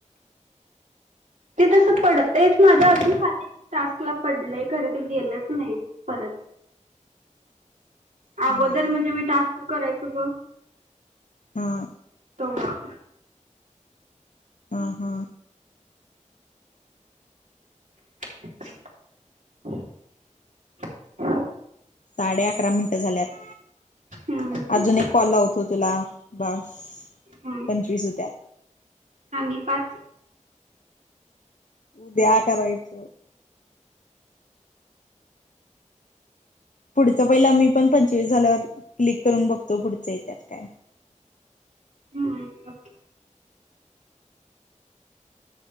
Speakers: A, on the right; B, on the left.
A: ते तस पडतेच माझ्या अजून खाली टास्क ला पडलय खर ते गेलच नाही परत.
B: <inaudible>
A: अगोदर
B: होय
A: म्हणजे मी टास्क करायचो बघ.
B: हा.
A: तोव्हा.
B: हा हा.
A: <unintelligible>
B: साडे अकरा मिनिट झाल्यात
A: हम्म
B: अजून एक कॉल लावतो तुला बास.
A: हम्.
B: पंचवीस होत्यात.
A: आणि पाच
B: ऊद्या करायच. पुढच पहिल मी पण पंचवीस झाल्यावर क्लिक करून बघतो पुढच येत्यात काय.
A: हम्म् बग.